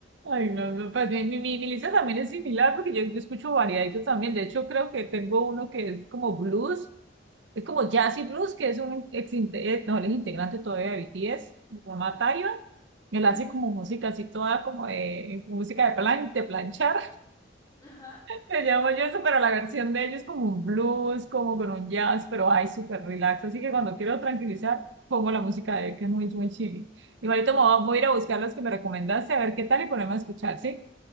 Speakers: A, on the right; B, on the left.
A: Ay, no, no, pues mi, mi, mi- mi lista también es similar porque yo, yo escucho variaditos también. De hecho, creo que tengo uno que es como blues, es como jazz y blues, que es un ex, inte- eh, no, él es integrante todavía de BTS, se llama Taeyong. Él hace
B: Ujú,
A: como música así toda como de música de plan, de planchar.
B: Ajá.
A: Le llamo yo eso, pero la versión de ellos como un blues, como con un jazz, pero ay, súper relax. Así que cuando quiero tranquilizar, pongo la música de él, que es muy, muy chili. Igualito
B: Ah,
A: me voy a voy a ir a buscar las que me recomendaste, a ver qué tal y ponerme a escuchar, ¿sí?